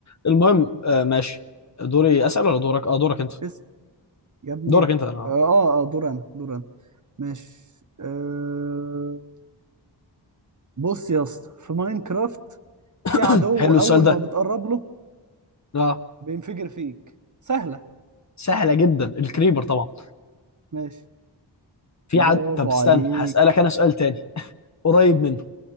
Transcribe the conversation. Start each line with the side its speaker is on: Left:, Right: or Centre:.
Left: المهم آه ماشي دوري اسال ولا دورك اه دورك انت
Right: بس يا ابني
Left: دورك
Right: اه
Left: انت انا
Right: اه آه، دور انا دور أنا. ماشي أه... بص يا اسطى في ماينكرافت في
Left: <clears throat>
Right: عدو
Left: حلو
Right: اول
Left: السؤال ده
Right: ما بتقرب له
Left: اه
Right: بينفجر فيك سهلة
Left: سهله جدا الكريبر طبعا
Right: ماشي
Left: في
Right: برافو
Left: عد طب استنى
Right: عليك
Left: هسالك انا سؤال تاني <laughs> قريب
Right: مم.
Left: منه